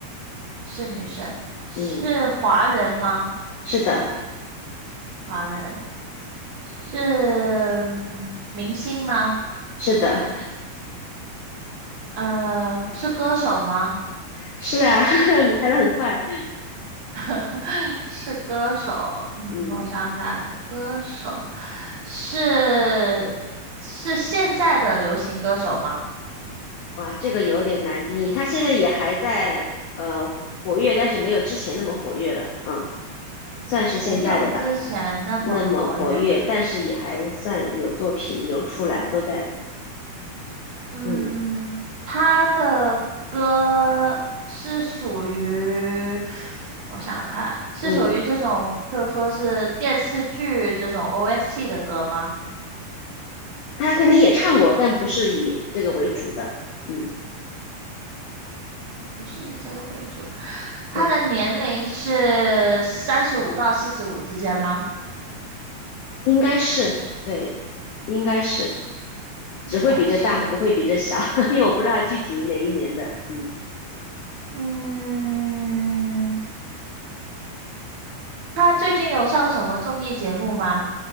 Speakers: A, on the right; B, on the left.
A: 是女生？是华人吗？
B: 嗯，是的，
A: 华人是嗯明星吗？
B: 是的，
A: 呃，是歌手吗？
B: 是啊，<laughs> 你猜的很快。
A: <laughs> 是歌手，嗯，
B: 嗯，
A: 我想想看，歌手是是现在的流行歌手吗？
B: 哇，这个有点难定义，她现在也还在呃活跃，但是没有之前那么活跃了，嗯，算是现在的吧，
A: 没有之前那么活跃，
B: 那么活跃，但是也还算有作品有出来，都在，
A: 嗯，
B: 嗯
A: 他的歌是属于，我想想看，是属于这种，
B: 嗯，
A: 就说是电视剧这种 OST 的歌吗？
B: 她肯定也唱过，但不是以这个为主的，嗯，
A: 不是以这个为主，他的年龄是三十五到四十五之间吗？
B: 对。应该是，对，应该是，
A: 应该是，
B: 只会比这大，不会比这小，<laughs> 因为我不知道他具体哪一年的，嗯，
A: 嗯，他最近有上什么综艺节目吗？